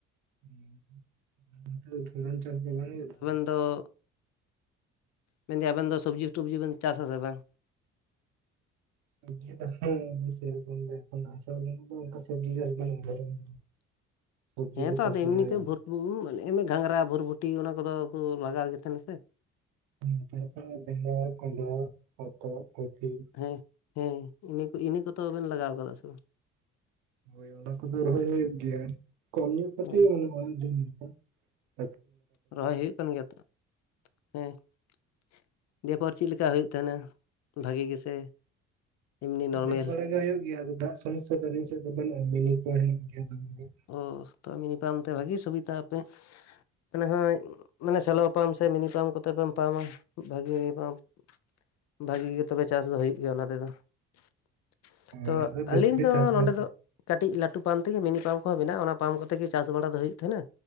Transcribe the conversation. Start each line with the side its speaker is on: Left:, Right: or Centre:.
Right: <unintelligible>
Left: ᱟᱫᱚ ᱢᱮᱱᱫᱟᱹᱧ ᱟᱵᱮᱱ ᱫᱚ ᱥᱚᱵᱽᱡᱤ ᱴᱚᱵᱡᱤ ᱵᱮᱱ ᱪᱟᱥᱟ ᱥᱮ ᱵᱟᱝ?
Right: <unintelligible>
Left: <inaudible>
Right: ᱥᱚᱵᱽᱡᱤ
Left: ᱦᱮᱸᱛᱚ
Right: ᱠᱚ ᱪᱟᱥ
Left: ᱟᱫᱚ
Right: ᱵᱟᱲᱟ
Left: ᱮᱢᱱᱤᱛᱮ
Right: ᱦᱩᱭᱩᱜ
Left: <unintelligible>
Right: ᱜᱮᱭᱟ
Left: ᱜᱷᱟᱜᱸᱽᱨᱟ ᱵᱷᱩᱨᱵᱷᱩᱴᱤ ᱚᱱᱟ ᱠᱚᱫᱚ ᱠᱚ ᱞᱟᱜᱟᱣ ᱜᱮ ᱛᱟᱦᱮᱱᱟ ᱥᱮ᱾
Right: <unintelligible> ᱵᱮᱸᱜᱟᱲ ᱠᱚᱸᱰᱷᱟ ᱦᱚᱛᱚᱫ ᱠᱩᱯᱤ
Left: ᱦᱮᱸ ᱦᱮᱸ ᱤᱱᱟᱹ ᱠᱚ ᱤᱱᱟᱹ ᱠᱚᱛᱚᱵᱮᱱ ᱞᱟᱜᱟᱣ ᱟᱠᱟᱫᱟ ᱥᱮ ᱵᱟᱝ?
Right: ᱦᱳᱭ ᱚᱱᱟ ᱠᱚᱫᱚ ᱨᱚᱦᱚᱭ ᱦᱩᱭᱩᱜ ᱜᱮᱭᱟ ᱠᱚᱢ ᱧᱚᱜ ᱠᱟᱹᱴᱤᱡ
Left: ᱦᱳᱭ
Right: ᱢᱟᱱᱮ ᱚᱲᱟᱜ ᱡᱚᱢ ᱞᱮᱠᱟ᱾
Left: ᱨᱚᱦᱚᱭ ᱦᱩᱭᱩᱜ ᱠᱟᱱ ᱜᱮᱭᱟ ᱛᱚ? <inaudible> ᱦᱮᱸ ᱾ ᱫᱤᱭᱮ ᱯᱚᱨ ᱪᱤᱜ ᱞᱮᱠᱟ ᱦᱩᱭᱩᱜ ᱛᱟᱦᱮᱱᱟ <inaudible> ᱵᱷᱟᱜᱤ ᱜᱮᱥᱮ ᱮᱢᱱᱤ ᱱᱚᱨᱢᱮᱞ
Right: ᱵᱮᱥ ᱵᱟᱲᱟᱜ ᱜᱮ ᱦᱩᱭᱩᱜ ᱜᱮᱭᱟ, ᱟᱫᱚ ᱫᱟᱜ ᱥᱚᱢᱚᱥᱥᱟ ᱫᱚ ᱟᱞᱤᱧ ᱥᱮᱫ ᱫᱚ ᱵᱟᱹᱱᱩᱜ-ᱟ ᱢᱤᱱᱤ ᱠᱚ ᱦᱮᱱᱟᱜ ᱜᱮᱭᱟ ᱾
Left: ᱚ ᱛᱚ ᱢᱤᱱᱤ ᱯᱟᱢ ᱛᱮ ᱵᱷᱟᱜᱤ ᱥᱩᱵᱤᱛᱟ ᱟᱯᱮ ᱢᱚᱱᱮ ᱦᱚᱭ ᱢᱟᱱᱮ ᱥᱮᱞᱳ ᱯᱟᱢ ᱥᱮ ᱢᱤᱱᱤ ᱯᱟᱢ ᱠᱚᱛᱮ ᱯᱮ ᱯᱟᱢᱟ ᱵᱷᱟᱜᱤ ᱜᱮ ᱯᱟᱢᱯ ᱵᱷᱟᱜᱤ ᱜᱮ ᱛᱚᱵᱮ ᱪᱟᱥ ᱫᱚ ᱦᱩᱭᱩᱜ ᱜᱮᱭᱟ ᱚᱱᱟ ᱛᱮᱫᱚ ᱾ <inaudible> ᱛᱚ
Right: ᱚᱱᱟ ᱫᱚ ᱵᱮᱥᱤ
Left: ᱟᱹᱞᱤᱧ
Right: ᱜᱮ
Left: ᱫᱚ
Right: ᱪᱟᱥᱵᱟᱥ
Left: ᱱᱚᱸᱰᱮ ᱫᱚ ᱠᱟᱴᱤᱡ ᱞᱟᱴᱩ ᱯᱟᱢᱯ ᱛᱮᱜᱮ ᱢᱤᱱᱤ ᱯᱟᱢᱯ ᱠᱚᱦᱚᱸ ᱢᱮᱱᱟᱜ-ᱟ, ᱚᱱᱟ ᱯᱟᱢᱯ ᱠᱚᱛᱮ ᱜᱮ ᱪᱟᱥ ᱵᱟᱲᱟ ᱫᱚ ᱦᱩᱭᱩᱜ ᱛᱟᱦᱮᱱᱟ